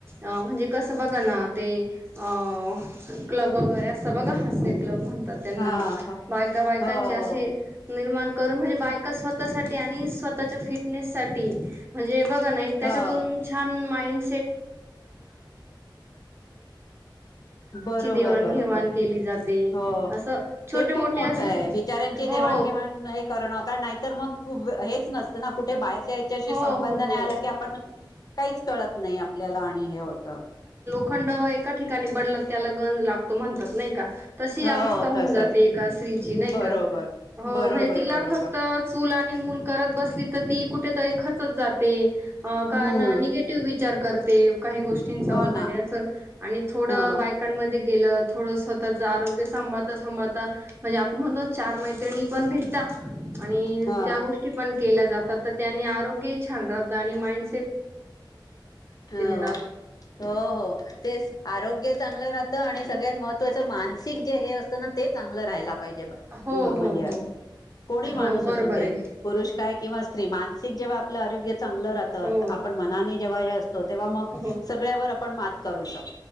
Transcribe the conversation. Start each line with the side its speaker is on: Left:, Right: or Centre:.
Right: अ म्हणजे कसं बघ ना ते अ क्लब वगैरे असं बघ हास्य क्लब म्हणतात त्यांना
Left: हा हो
Right: बायका बायकांचे
Left: हो
Right: असे निर्माण करून म्हणजे बायका स्वतःसाठी आणि स्वतःच्या फिटनेस साठी म्हणजे बघ झालय
Left: हो
Right: त्याच्यातून छान‌ माइं
Left: बरोबर
Right: देवाणघेवाण
Left: बरोबर
Right: केली जाते
Left: हो
Right: असं छोटे
Left: ते खूप
Right: मोठे
Left: मोठ
Right: असे
Left: आहे विचार्यांचे
Right: हो
Left: देवाणघेवाण हे करणं कार नाहीतर मग हेच नसत ना कुठे बाहेर चायच्याशी
Right: हो
Left: संबंध
Right: हो
Left: नाही आला
Right: हो
Left: की आपण काहीच कळत नाही आपल्याला आणि हे होतं
Right: खंड एका ठिकाणी बदलत त्याला गंज लाग म्हणतात नाही का तशी
Left: हो
Right: अवस्था होऊन
Left: तसच
Right: जाते एका स्त्री नाही
Left: बरोबर
Right: का हो
Left: बरोबर
Right: माहिती का
Left: बरोबर
Right: तिला फक्त चूल आणि मूल करत बसली ती कुठेतरी खचत जा ते अ कारण
Left: हम्म
Right: निगेटिव्ह विचार विचार करते काही गोष्टींच
Left: हो
Right: वगैरे
Left: ना
Right: असं आणि थोडं
Left: ह
Right: बायकांमध्ये गे गेलं थोडं स्वतःच आरोग्य सांभाळता सांभाळता म्हणजे आपण म्हणतो ना चार मैत्रिणी पण भेटता आणि
Left: ह
Right: त्या गोष्टी पण केला जातो फक्त त्यांनी आत आरोग्य छान राहत आणि माइंड
Left: अ
Right: राहतो.
Left: हो हो तेच आरोग्य चांगलं राहत आणि सगळ्यात महत्वाची मानसिक जे हे असतं ना ते चांगलं राहायला
Right: हो
Left: म्हणजे
Right: हो हो
Left: कोणी माणूस
Right: हो
Left: असून
Right: बरोबर
Left: दे
Right: आहे
Left: पुरुष काय किंवा स्त्री मानसिक जेव्हा आपलं आरोग्य चांगलं राहत
Right: हो
Left: आपण मनाने जेवया अस तेव्हा मग
Right: हो.
Left: सगळ्यावर आपण मात करू शक